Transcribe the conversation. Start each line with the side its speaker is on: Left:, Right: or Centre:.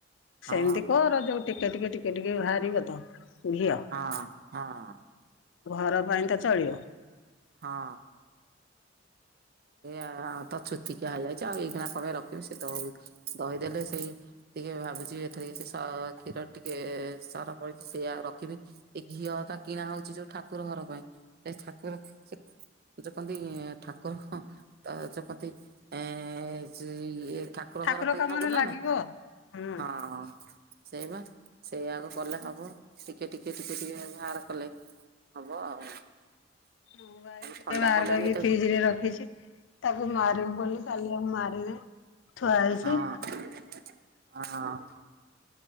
Right: ହଁ
Left: ସେମିତି କର ଯୋଉ ଟିକେ ଟିକେ ଟିକେ ଟିକେ ବାହାରିବ ତ ଘିଅ
Right: ହଁ ହଁ।
Left: ଘର ପାଇଁ ତ ଚଳିବ।
Right: ହଁ। ଆ ତ ଛୁତି <unintelligible> ହୋଇଯାଇଛି ଆଉ। ଏଇ ଣିକା କଣପେଇ ରଖିବି ସେ ଦ ଦହିଦେଲେ ସେଇ ଟିକେ ଭାବୁଛି ଏଥୀରେ କିଛି ସ କ୍ଷୀର ଟିକେ ସର ପଡିଚି ସେଇଆ କୁ ରଖିଦେବି। ଏଇ ଘିଅ ଟା କିଣା ହଉଛି ଯୋଉ ଠାକୁର ଘର ପାଇଁ ନାଇଁ ଠାକୁର ସେ ଯୋଉ କୁହନ୍ତି ଠାକୁ <unintelligible> ଠାକୁର
Left: ଠାକୁର
Right: ଘର ପାଇଁ
Left: କାମରେ
Right: ହବ ନା
Left: ଲାଗିବ।
Right: ନାଇଁ।
Left: ହୁଁ।
Right: ହଁ ସେଇ ପା ସେଇଆ କୁ କଲେ ହବ। ଟିକେ ଟିକେ ଟିକେ ଟିକେ ବାହାର କଲେ ହବ ଆଉ।
Left: ମୁଁ ବା ଟିକେ
Right: ଥଣ୍ଡା
Left: ବାହାର
Right: ପଡିଲାଣି
Left: କରିକି
Right: ଏତେ
Left: ଫ୍ରିଜରେ ରଖିଚି। ତାକୁ ମାରିବୁ ବୋଲି କାଲି ଆଉ ମାରିନି, ଥୁଆ ହେଇଚି।
Right: ହଁ ହଁ।